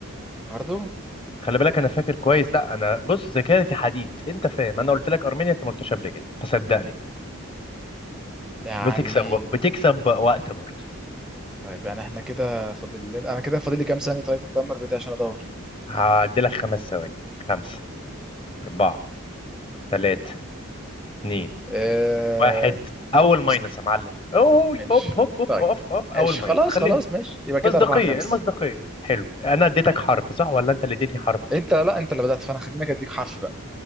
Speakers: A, in the centre; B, on the left.
A: برضو
B: خلي بالك انا فاكر كويس لا انا بص ذاكرتي حديد انت فاهم انا قلت لك ارمينيا انت ما قلتش قبل كده فصدقني
A: يعني
B: بتكسب بتكسب وقت برضه
A: طيب يعني احنا كده فاضل لنا- انا كده فاضل لي كام ثانيه طيب التمر بتاعي عشان ادور
B: هعدي لك خمس ثواني خمسه اربعه ثلاثه اتنين
A: اه...
B: واحد اول ماينس
A: است-
B: يا معلم اوه
A: ماشي
B: هوب هوب هوب
A: طيب
B: اوف اوف اول
A: ماشي
B: ماينس
A: خلاص
B: خليها
A: خلاص ماشي يبقى كده
B: مصداقية
A: أربعة خمسة
B: المصداقية حلو انا اديتك حرف صح ولا انت اللي اديتني حرف
A: أنت لا أنت اللي بدأت فأنا خليني أديك حرف بقى